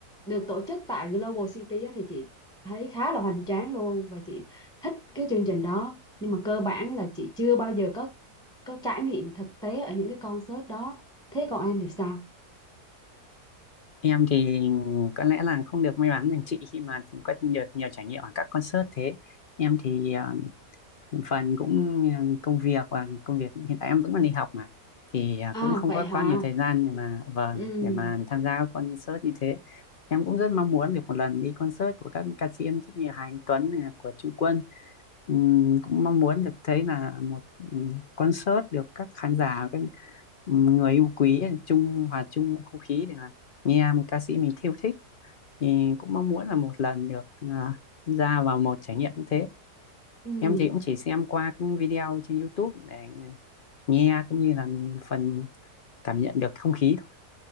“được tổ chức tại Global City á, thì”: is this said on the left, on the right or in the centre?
Centre